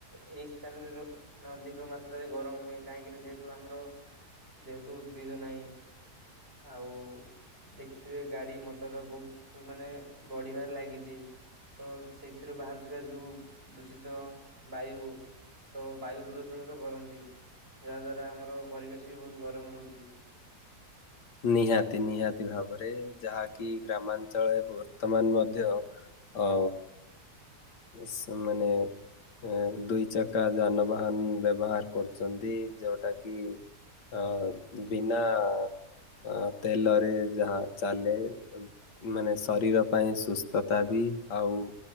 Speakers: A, on the right; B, on the left.
A: ଏଇ ସ୍ଥାନରେ ମାନେ ଅଧିକ ମାତ୍ରାରେ ଗରମ ହୁଏ। କାହିଁକି ନା ଯେହେତୁ ଆମର ଯେହେତୁ ଉଦ୍ଭିଦ ନାହିଁ। ଆଉ ଦେଖିଥିବେ ଗାଡି ମଟର ବହୁତ ମାନେ ବଢିବାରେ ଲାଗିଚି। ତ ସେଥିରୁ ବାହାରୁଥିବା ଯୋଉ ଦୂଷିତ ବାୟୁ ତ ବାୟୁ ପ୍ରଦୂଷଣ ତ କରନ୍ତି। ଯାହା ଦ୍ଵାରା ଆମର ପରିବେଶ ବି ବହୁତ ଗରମ ରହୁଚି। <inaudible>
B: ନିହାତି ନିହାତି ଭାବରେ ଯାହା କି ଗ୍ରାମାଞ୍ଚଳ ରେ ବର୍ତ୍ତମାନ ମଧ୍ୟ ଅ ସ୍ ମାନେ ଏ ଦୁଇ ଚକା ଯାନବାହାନ ବ୍ୟବହାର କରୁଛନ୍ତି। ଯୋଉଟା କି ହଁ ବିନା ଅ ତେଲରେ ଯାହା ଚାଲେ ମାନେ ଶରୀର ପାଇଁ ସୁସ୍ଥତା ବି। ଆଉ